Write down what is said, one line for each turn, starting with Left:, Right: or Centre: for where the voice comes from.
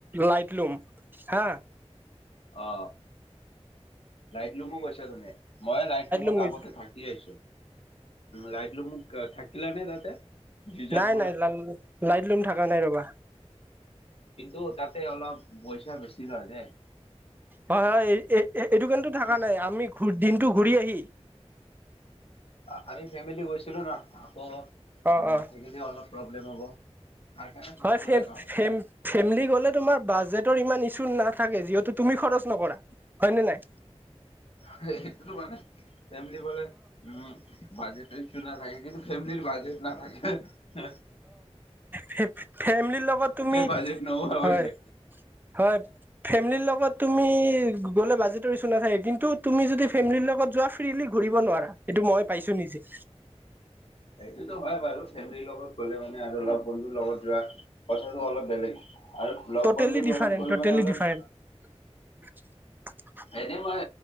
Right: লাইটলুম হা <inaudible>
Left: অ লাইট লুমো গৈছা তুমি। মই লাইট ৰুমত
Right: লুম গৈছো
Left: আগতে থাকি আহিছো। লাইট ৰুম থাকিলা নে তাতে। ৰিজৰ্টবোৰত
Right: নাই নাই ল লাইট লুম থকা নাই ৰবা।
Left: কিন্তু তাতে অলপ পইচা বেছি লয় দে।
Right: হয় হয় এইটো কিন্তু থকা নাই আমি ঘ দিনটো ঘূৰি আহি।
Left: আ আমি ফেমিলি গৈছিলো ন আকৌ
Right: অ
Left: নাথাকিলেও
Right: অ
Left: অলপ প্ৰব্লেম হ'ব। তাৰ কাৰণে থাকিব
Right: হয় ফেফ
Left: লগা হ'ল।
Right: ফেম ফেমিলি গলে তোমাৰ বাজেট। ৰ ইমান ইচো নাথাকে যিহেতু তুমি খৰচ নকৰা। হয় নে নাই
Left: সেইটোতো মানে। ফেমলি গলে উম বাজেট ইছু নাথাকে কিন্তু ফেমিলিৰ বাজেট নাথাকে। হেহ
Right: ফে ফে ফেমলিৰ লগত তুমি
Left: বাজেট নোহোৱা হৈছে।
Right: হয় হয় ফেমেলিৰ লগত তুমি গ'লে বাজেটৰ ইছু নাথাকে কিন্তু তুমি যদি ফেমেলিৰ লগত যোৱা ফ্ৰিলি ঘূৰিব নোৱাৰা। এইটো মই পাইছো নিজে
Left: সেইটোতো হয় বাৰু ফেমেলিৰ লগত গ'লে মানে আৰু লগ বন্ধুৰ লগত যোৱা। কথাটো অলপ বেলেগ আৰু লগ
Right: টটেলি
Left: বন্ধুৰ
Right: ডিফাৰেণ্ট
Left: লগত গ'লে
Right: টটেলি
Left: মানে অলপ
Right: ডিফাৰেণ্ট <unintelligible>
Left: এনে মই